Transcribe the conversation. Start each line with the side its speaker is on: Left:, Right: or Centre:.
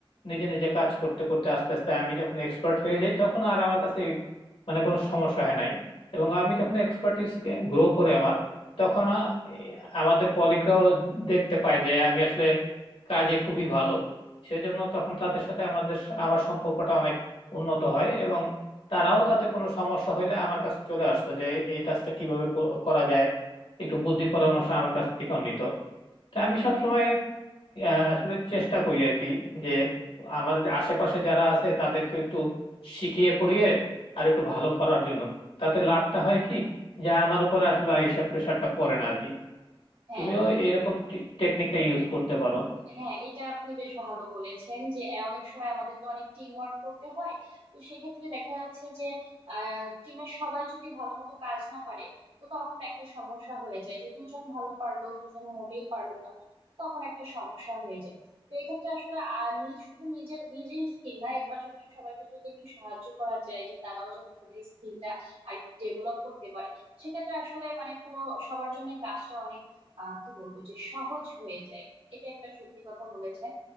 Left: নিজে নিজে কাজ করতে করতে আস্তে আস্তে আমি যখন এক্সপার্ট হয়ে যাই তখন আর আমার কাছে এই মানে কোনো সমস্যা হয় নাই এবং আমি যখন এক্সপার্টিস গ্রো করে আমার তখন আ- আমাদের কলিগরাও দেখতে পায় যে আমি আসলে কাজে খুবই ভালো সেজন্য তখন তাদের সাথে আমাদের আমার সম্পর্কটা অনেক উন্নত হয় এবং তারাও তাতে কোনো সমস্যা হইলে আমার কাছে চলে আসতো যে এই কাজটা কিভাবে কো- করা যায় একটু বুদ্ধি পরামর্শ আমার কাছ থেকেও নিত তো আমি সবসময় আহ, আসলে চেষ্টা করি আর কি যে আমাদের আশেপাশে যারা আছে তাদেরকে একটু শিখিয়ে পড়িয়ে আর একটু ভালো করার জন্য তাতে লাভটা হয় কি যা আমার উপর আসলে এইসব প্রেশারটা পড়ে না আর কি
Right: হ্যাঁ
Left: তুমিও এরকম টেকনিকটা ইউজ করতে পারো
Right: হ্যাঁ এটা আপনি বেশ ভালো বলেছেন যে আহ, অনেক সময় আমাদের তো অনেক টিম ওয়ার্ক করতে হয় তো সেক্ষেত্রে দেখা যাচ্ছে যে টিমের সবাই যদি ভালো মতো কাজ না পারে তো তখন একটা সমস্যা হয়ে যায় যে দুজন ভালো পারলো দুজন মোটেই পারলো না তখন একটা সমস্যা হয়ে যায় তো এক্ষেত্রে আসলে আহ, নিজ শুধু নিজের নিজের স্কিল না এর পাশাপাশি সবাইকে যদি একটু সাহায্য করা যায় যে তারাও যাতে তাদের স্কিলটা আর ডেভেলপ করতে পারে সেক্ষেত্রে আসলে মানে পুরো সবার জন্য কাজটা অনেক আহ কি বলবো যে সহজ হয়ে যায় এটা একটা সত্যি কথা বলেছেন